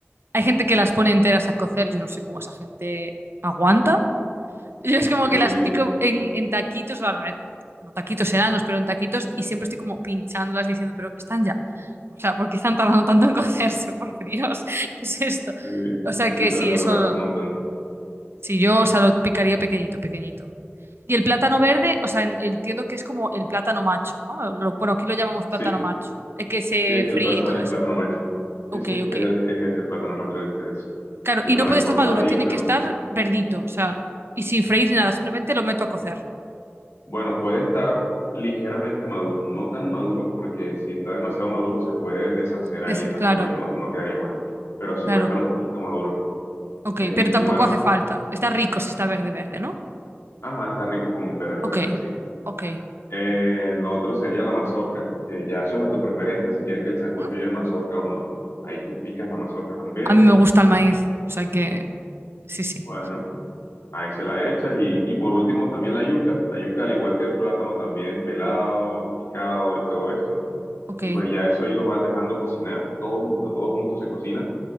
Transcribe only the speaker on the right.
hay gente que las pone enteras a cocer. Yo no sé cómo esa gente aguanta. Yo es como
que las pico en, en taquitos. Bueno, a ver, no taquitos enanos, pero en taquitos. Y siempre estoy como pinchándolas diciendo, pero están ya. O sea, ¿por qué están tardando tanto en cocerse? Por Dios, <laughs> ¿qué es esto?
O sea,
que
sí, eso.
Si yo, o sea, lo picaría pequeñito, pequeñito. Y el plátano verde, o sea, en- entiendo que es como el plátano macho, ¿no? Lo- bueno, aquí lo llamamos plátano
macho, el que se
fríe
y todo
eso.
Ok,
ok.
Claro,
y no
puede estar
maduro, tiene que estar verdito, o sea, y sin freír ni nada, simplemente lo meto a cocer.
Des-
claro,
claro.
Ok,
pero tampoco
hace falta. Está rico si está verde, verde, ¿no?
Ok,
ok.
Ujú.
A mí me gusta el maíz, o sea que sí, sí.
Ok,